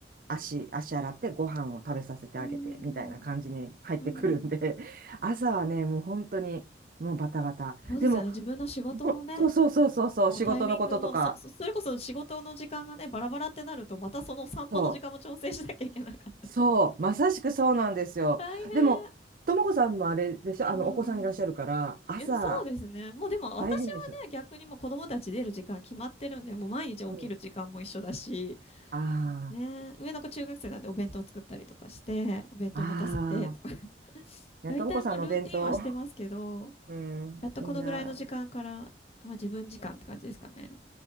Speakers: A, on the right (about 50°); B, on the left (about 35°).
A: 足、足洗ってご飯を食べさせてあげて、
B: うん。
A: みたいな感じに入ってくるんで、
B: うん。
A: <laughs> 朝はね、もう本当に、もうバタバタ。
B: そうですよね。
A: でも、
B: 自分の仕事のね、
A: もうそうそうそうそうそう、
B: もうタイミングも、
A: 仕事のこととか、
B: そ、そそれこそ仕事の時間がね、バラバラってなると、またその散歩の時間も調整しなきゃいけなかった。
A: そうそう、まさしくそうなんですよ。
B: 大変。
A: でも、ともこさんもあれでしょ、あの、
B: うん。
A: お子さんいらっしゃるから、朝、
B: いや、そうですね。もうでも私はね、
A: 大変でしょ。
B: 逆にもう子供たち出る時間決まってるんで、もう毎日起きる時間も一緒だし、
A: うん。あ
B: ね、上の子中学生なんでお弁当作ったりとかして、お弁当持たせてとか、
A: あ、ああ、
B: <laughs>
A: いや、
B: 大体もうルーティンはしてますけど、
A: ともこさんのお弁当、<laughs> うん、
B: やっとこのぐらいの時間から、
A: いいな。
B: まあ自分時間って感じですかね。